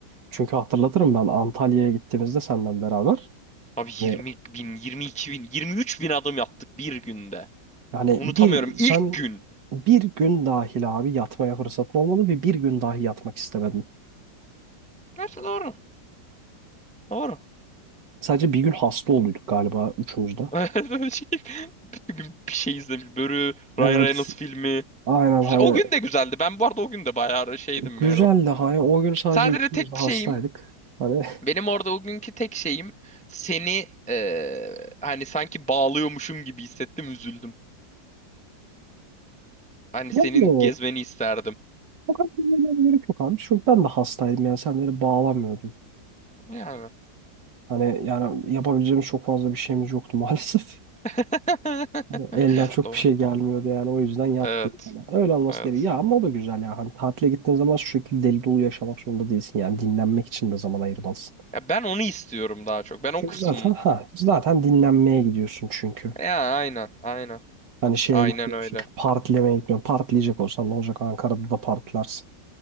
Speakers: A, on the right; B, in the centre.
A: Çünkü hatırlatırım ben Antalya'ya gittiğimizde senden beraber.
B: Abi 20
A: Yani,
B: bin, 22 bin, 23 bin adım yaptık bir günde.
A: yani
B: Unutamıyorum
A: bir sen
B: ilk gün.
A: bir gün dahil abi yatmaya fırsatın olmadı ve bir gün dahi yatmak istemedim.
B: Gerçi doğru. Doğru.
A: Sadece bir gün hasta oluyorduk galiba üçümüz de.
B: <laughs> Şey, bütün gün bir şey izlemiş. Börü,
A: Evet
B: Ryan Reynolds filmi.
A: aynen
B: Güzel.
A: hani
B: O gün de güzeldi. Ben bu arada o gün de bayağı şeydim
A: güzeldi
B: yani. o.
A: hani o gün sadece
B: Sadece
A: üçümüz
B: tek
A: de hastaydık.
B: şeyim
A: Hani
B: benim orada o günkü tek şeyim seni eee, hani sanki bağlıyormuşum gibi hissettim üzüldüm. Hani
A: <laughs> yani
B: senin gezmeni isterdim.
A: o kadar da gerek yok abi çünkü ben de hastaydım yani sen beni bağlamıyordun.
B: Yani.
A: Hani yani yapabileceğim çok fazla bir şeyimiz yoktu <laughs> maalesef.
B: <laughs>
A: Hani elden çok
B: Doğru.
A: bir şey gelmiyordu yani o yüzden yattı.
B: Evet.
A: Yani öyle olması
B: Evet.
A: gerekiyor. Ya ama o da güzel ya. Hani tatile gittiğin zaman şu şekilde deli dolu yaşamak zorunda değilsin. Yani dinlenmek için de zaman ayırmalısın.
B: Ya ben onu istiyorum daha çok. Ben
A: Çünkü
B: o kısmı.
A: zaten ha zaten dinlenmeye gidiyorsun çünkü.
B: Ya aynen. Aynen.
A: Hani şeye
B: Aynen
A: gitmiyorsun.
B: öyle.
A: Partilemeye gitmiyorsun. Partileyecek olsan ne olacak Ankara'da da partilersin.